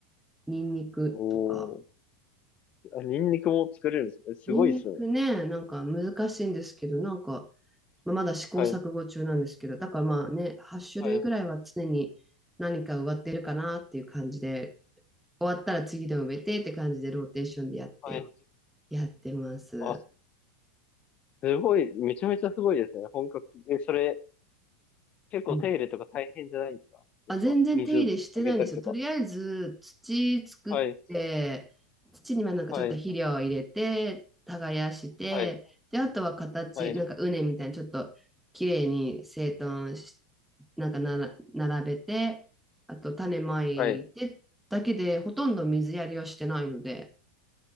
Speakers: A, in the centre; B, on the left.
A: ニンニクとか。
B: おー、あ、ニンニクも作れるんですね。えすごいっすね。
A: ニンニクね、なんか難しいんですけど、なんか、まあ、まだ試行錯誤中なんですけど、
B: はい、
A: だからまあね、8種類ぐらいは常に何か植わってるかなっていう感じで、
B: はい、
A: 終わったら次の植えてって感じでローテーションでやって、
B: はい。
A: やってます。
B: あ、すごい、めちゃめちゃすごいですね。本格的。え、それ、結構手入れとか大変じゃないですかやっぱ、
A: うん。あ、全然手入れしてないんですよ。
B: 水あげたりとか。
A: とりあえず土作って、
B: はい、
A: 土にはなんかちょっと肥料を入れて、
B: はい、
A: 耕して、
B: はい、
A: で、あとは形、
B: はい、
A: なんか畝みたいにちょっと綺麗に整頓し、なんかなら並べて、あと種まいてだけで、
B: はい。
A: ほとんど水やりはしてないので、